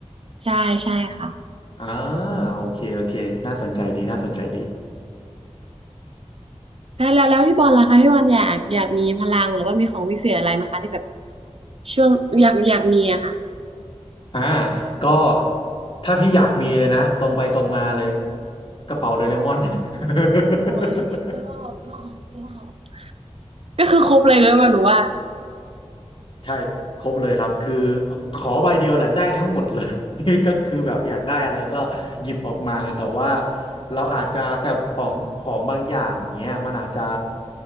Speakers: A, on the right (about 55°); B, on the left (about 45°).
A: ใช่ใช่ค่ะ
B: อ่าโอเคโอเคน่าสนใจดีน่าสนใจดี
A: แล้วแล้วแล้วพี่บอลล่ะคะพี่บอลอยากอยากมีพลังหรือว่ามีของวิเศษอะไรไหมคะที่แบบช่วงอยากอยากมีอะค่ะ
B: อ่าก็ถ้าพี่อยากมีเลยนะตรงไปตรงมาเลย
A: โอ้
B: กระเป๋าโดเรมอน <laughs>
A: โหอันนี้นี่คือรอบรอบรอบก็คือครบเลยแล้วว่าหนูว่า
B: ใช่ครบเลยครับคือขอใบเดียวแหละได้ทั้งหมดเลย <laughs> ก็คือแบบอยากได้อะไรก็หยิบออกมาแต่ว่าเราอาจจะแต่ของของบางอย่างเนี้ยมันอาจจะ